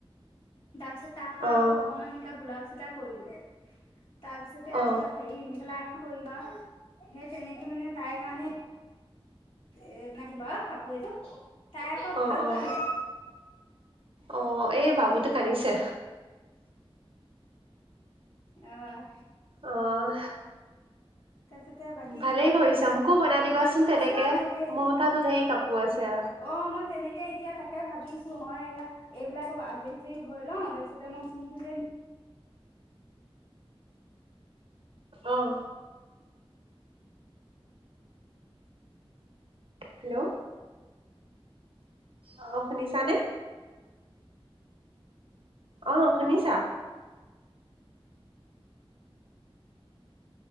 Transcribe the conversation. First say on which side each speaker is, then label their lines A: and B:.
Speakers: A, on the left (about 65°); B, on the right (about 65°).
A: <unintelligible> তাৰ পিছত তাৰ পৰা
B: অ অ
A: আকৌ অকনমান নিকা বোলাওজ। কৰিলো। তাৰপিছতে আকৌ
B: অ
A: হেৰি মেখেলা। সেই তেনেকে মানে। তাই কাৰণে। এ নাতিব লোৱা কাপোৰ এযোৰ। <unintelligible> তাই আকৌ ভাল
B: অ অ
A: পালে।
B: অ এই
A: উম
B: বাবুটো কান্দিছে।
A: আহ।
B: অঁ।
A: তাৰপিছতে বাকী
B: ভালেই
A: এতিয়া
B: কৰিছা মোকো বনাই দিবাচোন
A: আছো
B: তেনেকে,
A: আৰু এনেকে এতিয়া
B: মোৰ তাতো ধেৰ কাপোৰ আছে।
A: অ মই তেনেকে এতিয়া তাকে ভাবিছো, মই এইয়া এইবিলাক চব আজৰি আজৰি হৈ লওঁ তাৰপিছতে মই চিনটো যে।
B: আহ। হেল্ল'। অ শুনিছানে? অ শুনিছা?